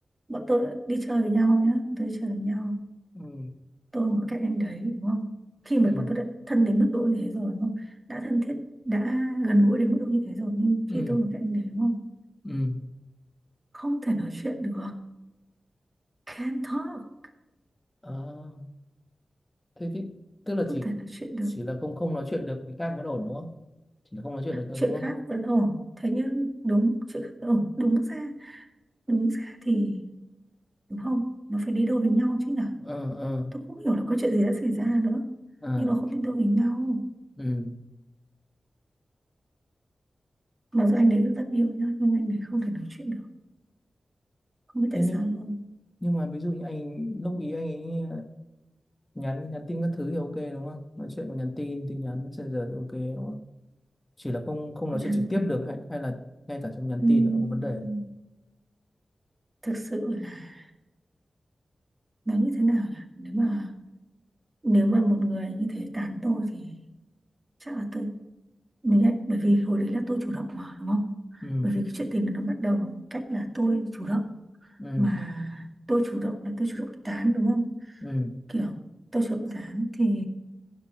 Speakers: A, on the right (about 30°); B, on the left (about 20°).
A: bọn tôi đi chơi với nhau nhá tôi đi chơi với nhau
B: ừ
A: tôi mà các anh đấy đúng không khi mà
B: ừ
A: bọn tôi đã thân đến mức độ như thế rồi đúng không đã thân thiết đã gần gũi đến mức độ như thế rồi nhưng
B: ừ
A: khi tôi mà các anh đấy đúng không
B: ừ
A: không thể nói chuyện được can't talk
B: à, thế thì tức là
A: không
B: chỉ
A: thể nói chuyện được
B: chỉ là không không nói chuyện được với khác vẫn ổn đúng không chỉ là không nói chuyện được thôi
A: chuyện
B: đúng không
A: khác vẫn ổn thế nhưng đúng chuyện khác vẫn ổn đúng ra đúng ra thì đúng không nó phải đi đôi với nhau chứ nhở
B: ờ ờ
A: tôi không hiểu là có chuyện gì đã xảy ra nữa
B: ờ
A: nhưng nó không đi đôi với nhau
B: ừ
A: mặc dù anh đấy vẫn rất yêu nhá nhưng anh đấy không thể nói chuyện được không biết tại
B: thế nhưng
A: sao luôn
B: nhưng mà ví dụ như anh lúc ý anh ấy nhắn nhắn tin các thứ thì ok đúng không nói chuyện có nhắn tin tin nhắn messenger thì ok đúng không chỉ là không không
A: nhắn
B: nói chuyện trực tiếp được hay hay là ngay cả trong nhắn
A: ừm,
B: tin nó cũng có vấn đề
A: thực sự là nó như thế nào là nếu mà nếu mà một người như thế tán tôi thì chắc là tôi mình lại bởi vì hồi đấy là tôi chủ động mà đúng không
B: ừ
A: bởi vì cái chuyện tình nó bắt đầu bằng cách là tôi chủ động
B: ừ
A: mà tôi chủ động là tôi chủ động tán đúng không
B: ừ
A: kiểu tôi chủ động tán thì